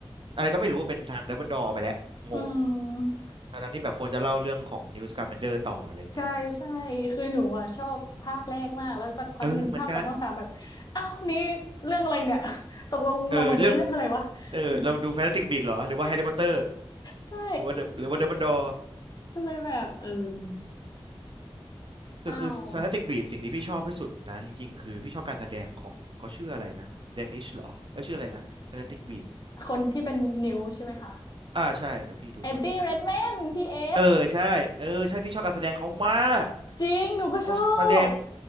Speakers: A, on the right; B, on the left.
A: อะไรก็ไม่รู้ว่าเป็นทางดัมเบิลดอร์ไปแล้วงง
B: อืม
A: ทั้งๆที่แบบควรจะเล่าเรื่องของนิวส์การ์แมนเดอร์ต่ออะไรอย่างเงี้ย
B: ใช่ใช่คือหนูอ่ะชอบภาคแรกมากแล้วสักพักหนึ่งภาคสองภาคสามแบบอ้าวนี่
A: เออเหมือนกัน
B: เรื่องอะไรเนี่ย <laughs> ตกลงเรามาดูเรื่องอะไรวะเนี่ย
A: เออเรื่องเออเรามาดูแฟนตาสติกบีสต์เหรอหรือว่าแฮร์รี่พอตเตอร์
B: ใช่
A: หรือว่า The- หรือว่าเดอะบันดอร์
B: ก็เลยแบบเออเศร้าอ่ะ
A: คือคือฟนตติกบีสิ่งที่พี่ชอบที่สุดนะจริงๆคือพี่ชอบการแสดงของเขาชื่ออะไรนะเดนิชเหรอเอยชื่ออะไรนะฟนตาติกบีท
B: คนที่เป็นนิ้วใช่ไหมคะ
A: อ่าใช่แต่พี่ดูก่อนนะ
B: เอ็ดดี้เรดแมนพี่เอส
A: เออใช่เออใช่พี่ชอบการแสดงเขามาก
B: จริงหนูก็ชอบ
A: เขาแสดง